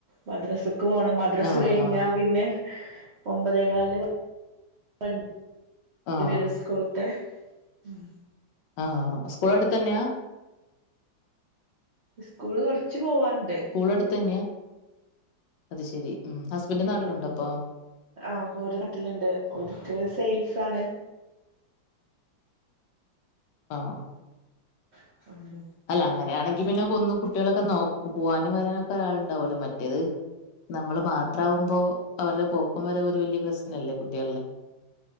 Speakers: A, on the right; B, on the left.
A: മദ്രസക്ക് പോണം. മ ദ്രസ്
B: ആഹ്
A: കഴിഞ്ഞാ
B: ആഹ്
A: പിന്നെ ഒമ്പതേകാലിന് വണ്ടി
B: ആഹ്
A: വരും സ്കൂൾത്തെ. ഉം.
B: ആഹ്ആഹ്. സ്കൂള് അടുത്തന്ന്യാ?
A: സ്കൂള് കൊർച്ച് പോവാൻണ്ട്.
B: ളട്ത്തെന്ന്യാ. അത് ശരി ഉം. ഹസ്ബൻഡ് നാട്ടിലുണ്ടോ
A: ഉം
B: അപ്പം?
A: ആഹ്. ഓര് നാട്ടില്ണ്ട് ഓര്ക്ക് സെയിൽസ് ആണ്.
B: ആഹ്.
A: ആഹ്.
B: അല്ല അങ്ങനെയാണെങ്കി പിന്നെ കൊന്ന് കുട്ട്യേളെക്കെ നോക് പോവാനും വരാനൊക്കെ ഒരാളുണ്ടാവൊല്ലോ. മറ്റേത് നമ്മള് മാത്രാവുമ്പോ അവര്ടെ പോക്കും വരവൊരു വല്യ പ്രസ്നല്ലേ കുട്ട്യേൾടെ.